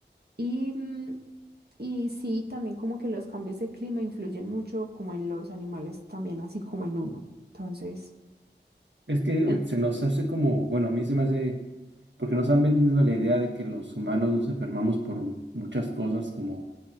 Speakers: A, on the right; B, on the right.
A: Y mm, y sí, también como que los cambios de clima influyen mucho como en los animales también, así como en uno. Entonces,
B: es que
A: en-
B: se nos hace como, bueno, a mí se me hace, porque nos han vendido la idea de que los humanos nos enfermamos por muchas cosas como